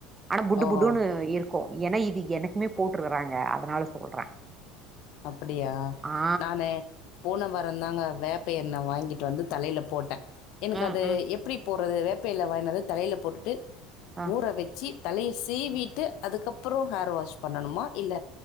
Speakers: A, on the right; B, on the left.
A: ஆனா புடு
B: ஓஹோ
A: புடுன்னு இருக் ஏன்னா இது எனக்குமே போட்டுயிருக்கறாங்க அதுனால சொல்றே
B: அப்டியா
A: ஆ
B: நானு போன வாரந் தாங்க வேப்ப எண்ணெ வாங்கிட்டு வந்து தலைல போட்டே எனக்கு
A: ம்
B: அது
A: ம்
B: எப்டி போட் அதவ்து வேப்ப இல வாங்கின்னு வந்து தலைல போட்டுட்டு
A: ஆ
B: ஊற வச்சி தலைய சீவிட்டு அதுக்கப்றோ ஹேர் வாஷ் பண்ணணுமா இல்ல